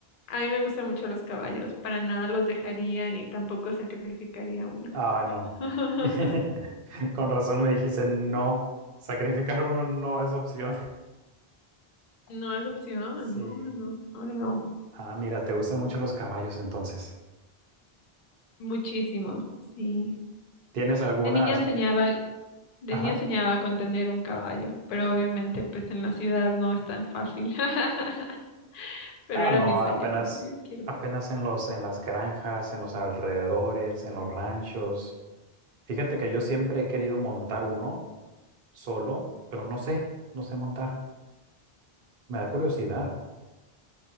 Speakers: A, on the left (about 60°); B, on the right (about 60°).
A: a mí me gustan mucho los caballos, para nada los dejaría ni tampoco sacrificaría uno.
B: Ah, no.
A: <laughs>
B: <laughs> Con razón me dijiste no. Sacrificar uno no es opción. <laughs>
A: No es opción,
B: Sí.
A: no, no, no, no, no, no.
B: Ah, mira, te gustan mucho los caballos entonces.
A: Muchísimo, sí.
B: ¿Tienes algunas?
A: De niña soñaba,
B: no?
A: de
B: Ajá.
A: niña soñaba con tener un caballo, pero obviamente pues en la ciudad no es tan fácil. <laughs> Pero
B: Ah,
A: era
B: no,
A: mi sueño,
B: apenas,
A: como yo quiero. un
B: apenas
A: caballo.
B: en los, en las granjas, en los alrededores, en los ranchos. Fíjate que yo siempre he querido montar uno solo, pero no sé, no sé montar. Me da curiosidad.